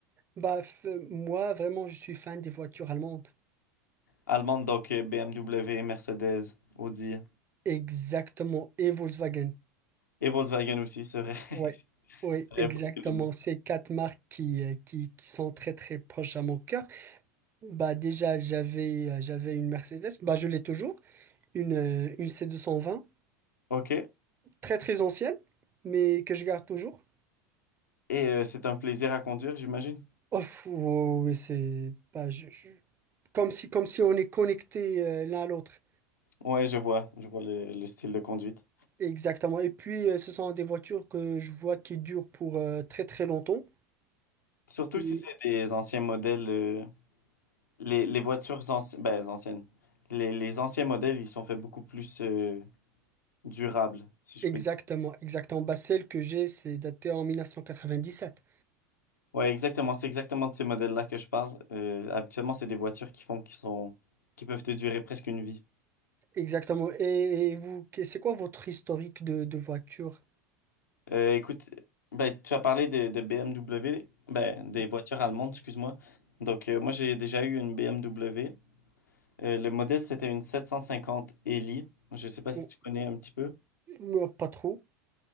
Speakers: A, on the right; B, on the left.
A: bah f- moi vraiment, je suis fan des voitures allemandes.
B: Allemande, donc euh, BMW, Mercedes, Audi
A: Exactement. Et Volkswagen.
B: et Volkswagen aussi, c'est vrai. <laughs>
A: Ouais. Oui,
B: J'avais
A: exactement.
B: presque l'oublié.
A: Ces quatre marques qui, euh, qui, qui sont très très proches à mon cœur. Bah déjà j'avais euh, j'avais une Mercedes. Bah je l'ai toujours. Une euh, une c deux cent vingt
B: Ok. Et
A: très très ancienne, mais que je garde toujours.
B: euh, c'est un plaisir à conduire, j'imagine.
A: Oh, fou, oh, oui, c'est bah, je- je- comme si, comme si on est connecté euh, l'un à l'autre.
B: Ouais, je vois, je vois le, le style de conduite.
A: Exactement. Et puis, euh, ce sont des voitures que je vois qui durent pour euh, très très longtemps.
B: Surtout
A: Et
B: si c'est des anciens modèles, euh, les, les voitures anci- ben, anciennes. Les, les anciens modèles, ils sont faits beaucoup plus euh, durables, si je
A: exactement,
B: peux
A: exactement. Bah, celle que j'ai, c'est datée en mille neuf cent quatre-vingt-dix-sept
B: Ouais, exactement. C'est exactement de ces modèles-là que je parle. Euh, habituellement, c'est des voitures qui font, qui sont, qui peuvent te durer presque une vie.
A: Exactement. Et, et vous, que- c'est quoi votre historique de, de voiture?
B: Euh, écoute, ben, tu as parlé de, de BMW, ben, des
A: Bon,
B: voitures allemandes, excuse-moi. Donc, euh, moi, j'ai déjà eu une BMW. Euh, le modèle, c'était une 750 Eli. Je ne sais pas si
A: bon,
B: tu connais un petit peu.
A: moi, pas trop.